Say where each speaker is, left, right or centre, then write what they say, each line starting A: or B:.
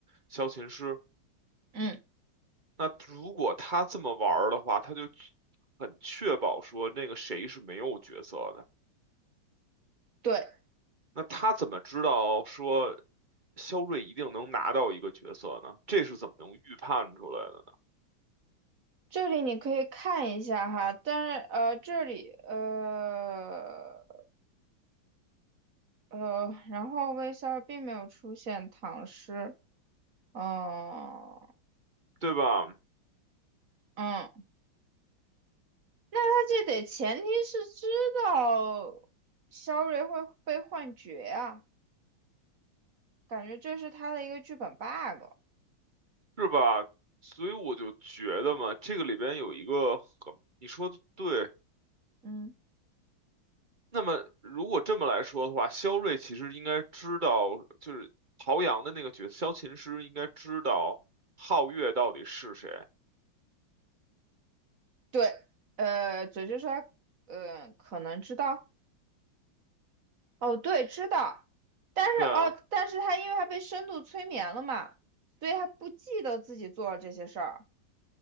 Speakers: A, on the right; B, on the right.
A: 萧琴师。
B: 嗯，
A: 那如果他这么玩儿的话，他就很确保说那个谁是没有角色的。
B: 对，
A: 那他怎么知道说肖瑞一定能拿到一个角色呢？这是怎么能预判出来的呢？
B: 这里你可以看一下哈，但是呃，这里呃呃，然后微笑并没有出现唐诗，哦、
A: 对吧？
B: 嗯，那他这得前提是知道肖瑞会被幻觉啊，感觉这是他的一个剧本 bug，
A: 是吧？所以我就觉得嘛，这个里边有一个很，你说的对。
B: 嗯，
A: 那么如果这么来说的话，肖瑞其实应该知道，就是陶阳的那个角色，萧琴师应该知道皓月到底是谁。
B: 对，呃，嘴就说他呃，可能知道。哦，对，知道，但是哦，
A: 对啊。
B: 但是他因为他被深度催眠了嘛，所以他不记得自己做了这些事儿。